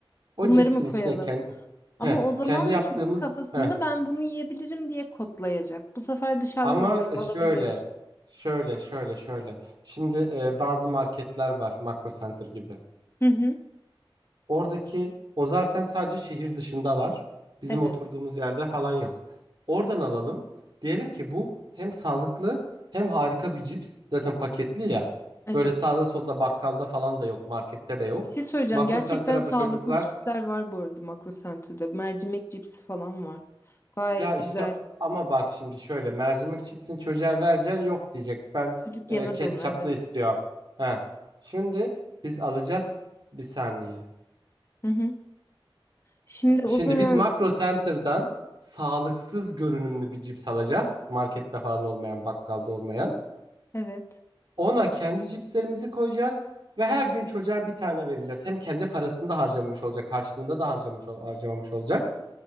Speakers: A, on the right; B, on the left.
A: O
B: Bunları
A: cipsin
B: mı koyalım?
A: içine kendi,
B: Ama o zaman
A: kendi yaptığımız...
B: da çocuk kafasında
A: heh.
B: ben bunu yiyebilirim diye kodlayacak. Bu sefer dışarıda
A: Ama
B: da görüp
A: e,
B: alabilir.
A: şöyle, şöyle, şöyle, şöyle. Şimdi eee, bazı marketler var. Makro Center gibi.
B: Hı hı.
A: Oradaki o zaten sadece şehir dışında var. Bizim
B: Evet.
A: oturduğumuz yerde falan yok. Oradan alalım. Diyelim ki bu hem sağlıklı hem harika bir cips. Zaten paketli ya.
B: Evet.
A: Böyle sağda solda bakkalda falan da yok, markette de yok.
B: Bir şey söyleyeceğim.
A: Makro
B: Gerçekten
A: Center'a
B: sağlıklı
A: bu çocuklar
B: cipsler var bu arada Makro Center'da. Mercimek cipsi falan var. Gayet
A: ya işte
B: güzel.
A: ama bak şimdi şöyle mercimek cipsini çocuğa vereceksin yok diyecek. Ben
B: Çocuk
A: e,
B: yemez
A: ketçaplı
B: onu evet.
A: istiyorum. Ha. Şimdi biz alacağız bir saniye.
B: Hı hı. Şimdi
A: Şimdi
B: o zaman
A: biz Makro Center'dan sağlıksız görünümlü bir cips alacağız. Markette falan olmayan, bakkalda olmayan.
B: evet.
A: Ona kendi cipslerimizi koyacağız ve her gün çocuğa bir tane vereceğiz. Hem kendi parasını da harcamış olacak, karşılığında da harcamış ol- harcamamış olacak.